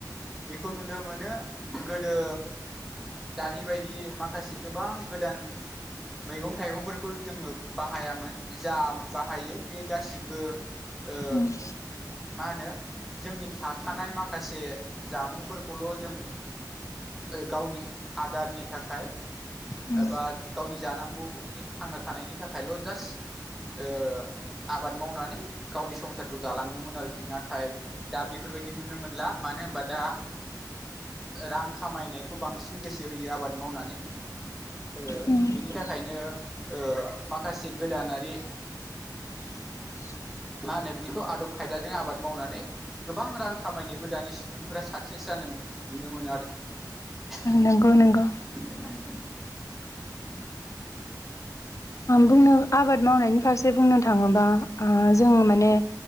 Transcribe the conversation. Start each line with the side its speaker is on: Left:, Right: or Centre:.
Centre: बेखौ नुनो मोनो गोदो दानि बायदि माखासे गोबां गोदान मैगं थाइगंफोरखौ जोङो बाहायामोन जा बाहायो बे गासिबो ओ
Left: उम
Centre: मा होनो जोंनि थाखानाय माखासे जामुंफोरखौल' जों गावनि आदारनि थाखाय
Left: उम
Centre: एबा गावनि जानांगौनि थांना थानायनि थाखायल' जास्ट ओ आबाद मावनानै गावनि संसारखौ जालाङोमोन आरोखि नाथाय दा बेफोरबायदि दि नुनो मोनला मानो होनबा दा रां खामायनायखौ बांसिन गोसो होयो आबाद मावनानै ओ
Left: उम
Centre: बिनि थाखायनो ओ माखासे गोदानारि
Left: <inaudible>
Centre: मा होनो बिदिखौ आदब खायदाजों आबाद मावनानै गोबां रां खामायनायबो दानि सुबुंफोरा साक्सेस जानो नुनो मोनो आरोखि <unintelligible>
Left: नंगौ नंगौ बुंनो आबाद मावनायनि फारसे बुंनो थाङोबा उम जोंङो माने